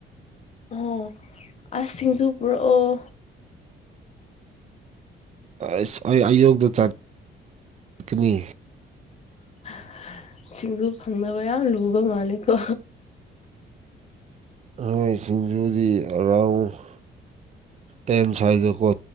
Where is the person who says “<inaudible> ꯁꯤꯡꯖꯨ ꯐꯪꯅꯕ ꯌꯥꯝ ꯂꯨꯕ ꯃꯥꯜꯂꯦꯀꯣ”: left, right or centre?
Left